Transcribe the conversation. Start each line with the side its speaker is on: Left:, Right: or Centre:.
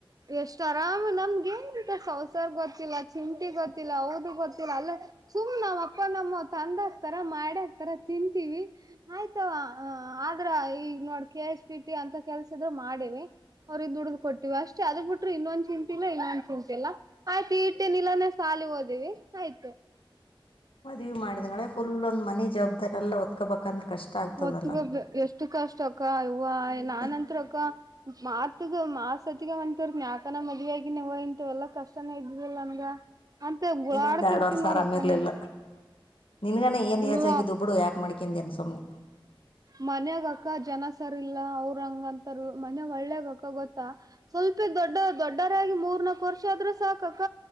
Right: ಎಷ್ಟು ಆರಾಮ್ ನಮ್ಗ ಂತ ಸಂಸಾರ ಗೊತ್ತಿಲ್ಲ ಚಿಂತಿ ಗೊತ್ತಿಲ್ಲ ಹೌದು ಗೊತ್ತಿಲ್ಲ ಅಲ್ಲ ಸುಮ್ ನಾವ್ ಅಪ್ಪ ನಮ್ಮ ತಂದ ಹಕ್ತಾರ ಮಾಡಿ ಹಕ್ತಾರ ತಿಂತೀವಿ ಆಯ್ತವಾ ಆದ್ರ ಈಗ ನೋಡ್ ಕೆ ಎಸ್ ಪಿ ಟಿ ಅಂತ ಕೆಲ್ಸ ಇದ್ರ ಮಾಡಿವಿ ಅವ್ರ್ ದುಡಿದ್ ಕೊಟ್ಟೀವಿ ಅಷ್ಟೇ ಅದ್ ಬಿಟ್ರರು ಇನ್ನೊಂದು ಚಿಂತೆ ಇನ್ನೊಂದು ಚಿಂತೆ ಇಲ್ಲ ಆಯ್ತು ಇಟ್ಟೆ ನಿಲನ ಸಾಲಿ ಓದಿವವಿ ಆಯ್ತು
Left: ಮದುವೆ ಮಾಡಿದಗಳೆ ಫುಲ್ ಒಂದ್ ಮನಿ ಜವಾಬ್ದಾರಿ ಎಲ್ಲ ಒತ್ಕೋಬೇಕಂದ್ರೆ ಕಷ್ಟ ಆಗ್ತದಲ್ಲ
Right: ಮತ್ತಗ ಎಷ್ಟು ಕಷ್ಟ ಅಕ್ಕ ಹವ
Left: ಮತ್ತೆ
Right: ನಾನನ್ಂತತ್ರಕ್ಕ ಮಾತ್ಗ ಮಾ ಸತಿಗ ಅಂಟವ ನಯಾಕನ ಮದ್ುವ ಆಗ ನೀವ ಇಂತವೆಲ್ಲಾ ಕಷ್ಟನ ಇದ್ದುದಿಲ್ಲ ನನ್ಗ ಅಂತ ಗುಳಾಡ್ತಿರ್ತಿ
Left: ಇನ್ನೊಂದ ಎರಡುುವರ್ ಸಾವರ
Right: ನೋಡಕ್ಕ
Left: ಆಮಿ ಇರ್ಲಿಲ್ಲ
Right: ನಾನು
Left: ನಿನ್ಗನೇ ಏನ
Right: ಹ್ಮ
Left: ಏಜ್ ಆಗಿದುಬಡು ಯಾಕ್ ಮಾಡ ಯಾಕ್ ಮಾಡಿಕೊಂಡಿದೆ ಸುಮ್ಮನೆ
Right: ಮನ್ಯಾಗಕ್ಕ ಜನ ಸರಿ ಇಲ್ಲ ಅವ್ರಂಗಂತಾರ ಮನ್ಯಾಗ ಒಳ್ಳೇಗಕ್ಕ ಗೊತ್ತಾ ಸ್ವಲ್ಪ ದೊಡ್ಡ ದೊಡ್ಡರಾಗಿ ಮೂರ್ನಾಾಕು ವರ್ಷ ಆದ್ರೂ ಸಾಕಕ್ಕ